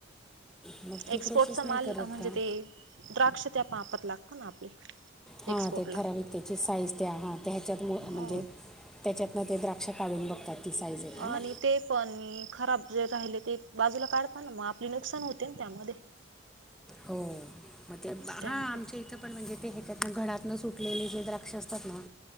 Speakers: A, in the centre; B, on the right.
A: मग
B: एक्सपोर्टचा
A: ती प्रोसेस नाही
B: माल
A: करत
B: म्हणजे
A: का
B: ते द्राक्ष त्या पापात लागत ह ना आपले
A: हा
B: एक्सपोर्टला
A: ते ठराविक त्याची साईज द हा त्याच्यात म्हणजे
B: हो
A: त्याच्यातन ते द पक्ष काढून बघतात ती साईज आहे का
B: आणि
A: ना
B: ते पण खराब जे राहिले ते बाजूला काढताना मग आपले नुकसान होते त्यामध्ये
A: हो मग ते
B: त्यामुळे
A: हा आमच्या इथं पण म्हणजे ते ह्याच्यात घरातन सु टकलेली जे द्राक्ष असतात ना